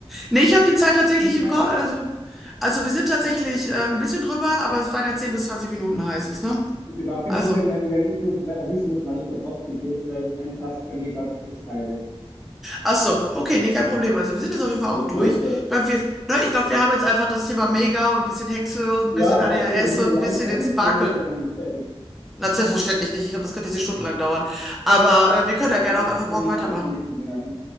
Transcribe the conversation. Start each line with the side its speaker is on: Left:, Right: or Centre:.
Centre: Nee, ich habe die Zeit tatsächlich
Left: gute Zeitmesserin.
Centre: im Kopf, also, also wir sind tatsächlich äh, ein bisschen drüber, aber es waren ja 10 bis 20 Minuten, heißt es, ne?
Left: Ist überhaupt kein
Centre: Also,
Left: Problem, nein, weil ich nur wissen muss, wann ich da draufklicke, weil ein Task bei mir gerade expired ist.
Centre: ach so, okay, nee, kein Problem. Also wir sind jetzt auf jeden Fall
Left: Weil
Centre: auch
Left: ich
Centre: durch.
Left: blutwurscht.
Centre: Ich glaube, wir, ne, ich glaub, wir haben jetzt einfach das Thema Mega und ein bisschen Hexe und ein
Left: Ja,
Centre: bisschen
Left: aber
Centre: ADHS
Left: du, wir sind
Centre: und
Left: noch lange,
Centre: ein bisschen
Left: eigentlich
Centre: den Sparkle.
Left: wären wir noch lange nicht fertig.
Centre: Na, selbstverständlich nicht. Ich glaube, das könnte jetzt hier stundenlang dauern. Aber äh, wir können ja gerne
Left: Ein
Centre: auch einfach
Left: Dominante
Centre: morgen weitermachen.
Left: zum nächsten Dominanten.